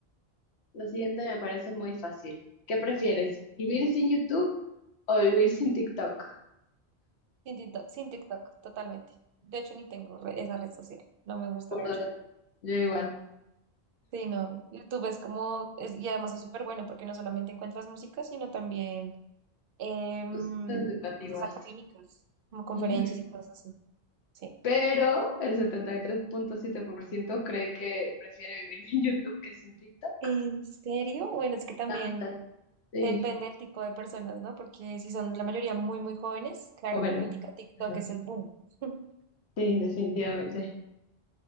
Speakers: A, on the left; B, on the right.
A: Lo siguiente me parece muy fácil. ¿Qué prefieres? ¿Vivir sin YouTube o vivir sin TikTok?
B: Sin TikTok, sin TikTok, totalmente. De hecho, ni tengo re- esa red social. No me gusta
A: Por
B: mucho.
A: dos, yo igual,
B: Sí, no. YouTube es como, es- y además es súper bueno porque no solamente encuentras música, sino también em,
A: cosas educativas.
B: cosas académicas, como conferencias
A: Ujú.
B: y cosas así. Sí.
A: Pero el 73.7% cree que prefiere vivir sin YouTube que sin TikTok.
B: ¿En serio? Bueno, es que también
A: Tantas, sí,
B: depende del tipo de personas, ¿no? Porque si son la mayoría muy, muy jóvenes, claro,
A: jóvenes.
B: ahorita TikTok
A: Ujú.
B: es el boom. <laughs>
A: Sí, definitivamente.